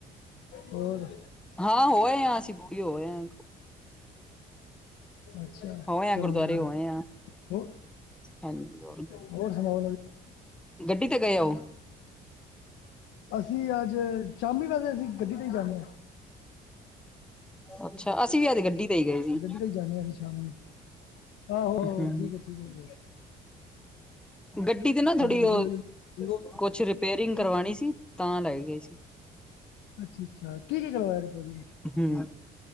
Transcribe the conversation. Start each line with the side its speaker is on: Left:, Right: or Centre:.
Left: ਹੋਰ
Centre: ਹਾਂ ਹੋਏ ਆ ਅਸੀਂ ਬੁਡੀ ਹੋਏ ਅਕ
Left: ਅੱਛਾ
Centre: ਹੋਏ
Left: ਚਲੋ
Centre: ਆ ਗੁਰਦੁਆਰੇ
Left: ਵਧੀਆ
Centre: ਹੋਏ ਆ
Left: ਹੋ
Centre: ਹਾਂਜੀ
Left: ਹੋਰ ਸੁਣਾਓ ਨਵੀਂ
Centre: ਗੱਡੀ ਤੇ ਗਏ ਆ ਓਹ।
Left: ਅਸੀਂ ਅੱਜ ਸ਼ਾਮੀ ਵੈਸੇ ਅਸੀਂ ਗੱਡੀ ਤੇ ਈ ਜਾਣੇ ਆ।
Centre: ਅੱਛਾ ਅਸੀਂ ਵੀ ਅੱਜ ਗੱਡੀ ਤੇ ਈ ਗਏ ਸੀ।
Left: ਗੱਡੀ ਤੇ ਹੀ ਜਾਂਦੇ ਹਾਂ ਅਸੀਂ ਸ਼ਾਮੀ ਆਹੋ
Centre: ਹਮ
Left: ਠੀਕ ਐ ਠੀਕ ਐ।
Centre: ਗੱਡੀ ਤੇ ਨਾ ਥੋੜ੍ਹੀ
Left: ਤੁਸੀਂ
Centre: ਉਹ
Left: ਉਹੀ ਦੂਰੋਂ
Centre: ਕੁਛ ਰਿਪ ਰਿਪੇਰਿੰਗ ਕਰਵਾਣੀ ਸੀ ਤਾਂ ਲੈ ਗਏ ਸੀ।
Left: ਅੱਛਾ ਅੱਛਾ ਕੀ ਕੀ ਕਰਵਾਇਆ ਰਿਪੋਰੀ?
Centre: ਹੂ,